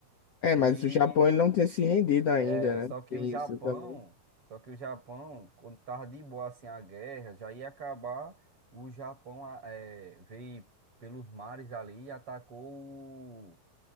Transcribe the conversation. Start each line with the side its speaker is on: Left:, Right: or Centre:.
Left: É,
Right: E
Left: mas o Japão ele não tinha se rendido ainda,
Right: é, só
Left: né?
Right: que
Left: Tem
Right: o Japão,
Left: isso também.
Right: só que o Japão, quando tava de boa assim a guerra, já ia acabar, o Japão a- é, veio pelos mares ali e atacou o,